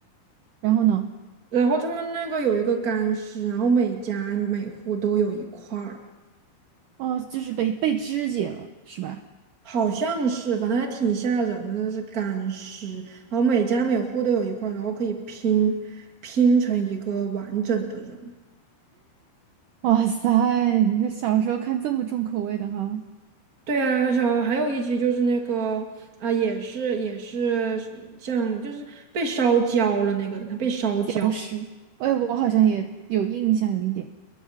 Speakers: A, on the right; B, on the right.
A: 然后呢？
B: 然后他们那个有一个干尸，然后每家每户都有一块儿，
A: 哦，就是被被肢解了，是吧？
B: 好像是，反正还挺吓人的，那是干尸，然后每家每户都有一块儿，然后可以拼拼成一个完整的人。
A: 哇塞，你说小时候看这么重口味的哈，
B: 对啊，小还有一集就是那个啊、也是也是像就是被烧焦了那个人，他被烧焦，
A: 僵尸。哎，我好像也有印象，有一点。